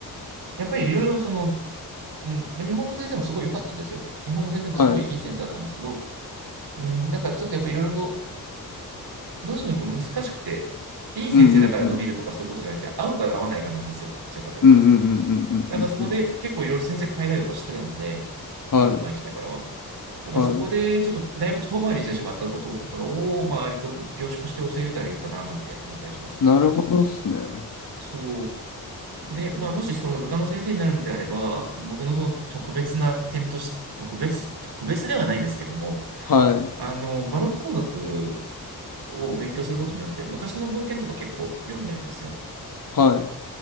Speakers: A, on the right; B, on the left.
A: やっぱりいろいろその、うん、まあ日本の先生もすごい良かったんですよ。日本の先生もすごいいい先生だったんですけど、
B: はい。うん
A: うん、なんかちょっとやっぱいろいろとどうしてもやっぱ難しくて、いい先生だから伸びるとかそういうことじゃなくて、
B: うんうん。
A: 合うか合わないかなんですよ。どちらかというと。
B: うんうんうんうんうんうんうん。
A: だからそこで結構いろいろ先生変えたりとかしてるので、
B: はい、
A: ヨーロッパに来てからは。だからそこでちょっとだいぶ遠回りしてしまったこととかを、
B: はい。
A: まあ、割と凝縮して教えれたらいいかななんて思ったりしますね。
B: なるほどっすね。
A: そう。で、まあ、もしその歌の先生になるのであれば、僕のその特別な点として、特別、特別ではないですけども、
B: はい、
A: あの、バロック音楽を勉強することによって、昔の文献とか結構読んでるんですよ。
B: はい。